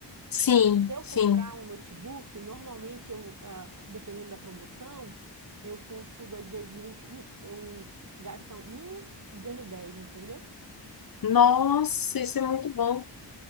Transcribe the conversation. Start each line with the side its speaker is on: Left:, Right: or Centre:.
Left: sim,
Right: Se eu comprar
Left: sim.
Right: um notebook, normalmente eu, ah, dependendo da promoção, eu consigo às vezes um, um- eu gasto um e ganho dez, entendeu?
Left: Nossa, isso é muito bom.